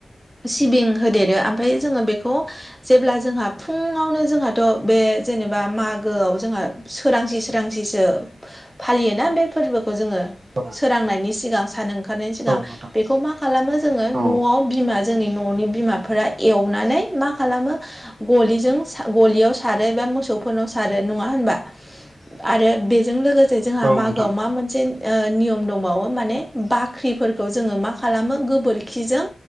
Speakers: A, in the centre; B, on the right.
A: सिबिं होदेरो ओमफ्राय जोङो बेखौ जेब्ला जोंहा फुङावनो जोंहाथ' बे जेनेबा माग गोआव जोंहा सोरांसि सोरांसिसो फालियोना बे फोरबोखौ जोङो
B: औ
A: रांनायनि सिगां सान ओंखारनायनि सिगां
B: औ नोंथां
A: बेखौ मा खालामो जोङो
B: औ
A: न'आव बिमा जोंनि न'नि बिमाफोरा एवनानै मा खालामो गलिजों गलियाव सारो एबा मोसौफोरनाव सारो नङा होनबा आरो बेजों लोगोसे जोंहा
B: औ
A: मागोआव
B: नोंथां
A: मा मोनसे ओ नियम दंबावो माने बाख्रिफोरखौ जोङो मा खालामो गोबोरखिजों